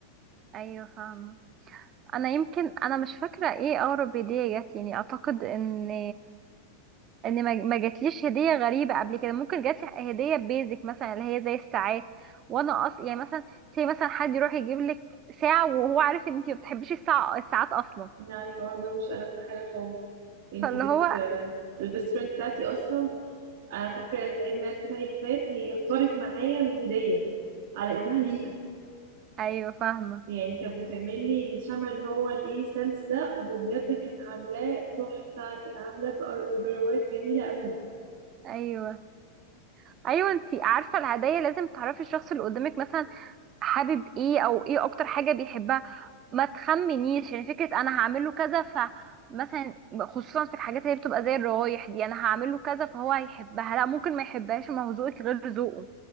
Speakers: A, on the right (about 35°); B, on the right (about 55°).
A: ايوه فاهمة انا يمكن انا مش فاكرة ايه اقرب هدية جات لي يعني اعتقد ان ان ما ما جاتليش هدية غريبة قبل كده ممكن جات لي هدية بيزك مثلا اللي هي زي الساعات وانا اصلا يعني مثلا زي مثلا حد يروح يجيب لك ساعة وهو عارف ان انتي ما بتحبيش الساعة الساعات اصلا
B: لا الحوار ده مش ألذ حاجه خالص انتي
A: فاللي
B: بت
A: هو
B: البيست فريند بتاعتي اصلا انا فاكره العيد ميلاد بتاعي اللي فات هي اختارت معايا الهديه على انها ليها
A: ايوه فاهمة
B: يعني كانت بتعمل لي الشمع اللي هو ليه سنس ده وبجد كانت عاملاه تحفه كانت عاملاه بأر- بروايح جميله قوي
A: ايوه ايوه انتي عارفة الهدايا لازم تعرفي الشخص اللي قدامك مثلا حابب ايه او ايه اكتر حاجة بيحبها ما تخمنيش يعني فكرة انا هعمله كذا فمثلا خصوصا في الحاجات اللي بتبقى زي الروايح دي انا هعمله كذا فهو هيحبها لا ممكن ما يحبهاش ما هو ذوقك غير ذوقه